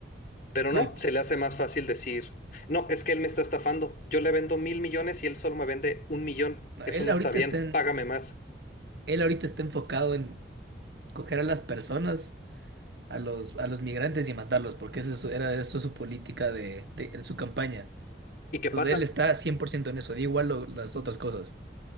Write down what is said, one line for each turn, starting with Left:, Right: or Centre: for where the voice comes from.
Left: Pero no,
Right: No, y-
Left: se le hace más fácil decir, no, es que él me está estafando, yo le vendo mil millones y él solo me vende un millón,
Right: no,
Left: eso
Right: él
Left: no
Right: ahorita
Left: está bien,
Right: está en-
Left: págame más.
Right: él ahorita está enfocado en coger a las personas, a los, a los migrantes y matarlos, porque eso es su- era eso es su política de, de de su campaña.
Left: ¿Y qué
Right: Entonces
Left: pasa?
Right: él está 100% en eso, da igual lo- las otras cosas.